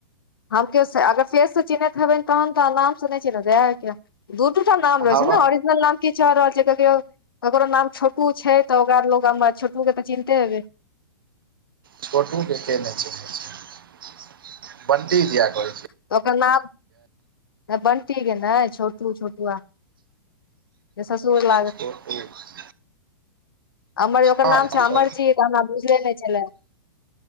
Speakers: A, on the left; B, on the right.
A: हम केयो से अगर पेस से चिन्हैत हेबनि तहन तऽ आलाम सँ नै चिन्हबै। दू- टू टा नाम रहै
B: हवा
A: छै ने ऑरिजनल नाम किछ और रहल छै ककरो नाम छोटू छै तऽ ओकरा लोक गाम म छोटू के तऽ चिन्हते हेबै।
B: छोटू के, के ने चिन्है छै। बंटी दीया कहै छियै।
A: तऽ ओकर नाम बंटी के नै छोटू- छोटुवा। जे ससुर लग
B: <unintelligible> छोटू।
A: अमर ओकर
B: हँ
A: नाम छै अमर जी तऽ हमरा बुझले नै छले।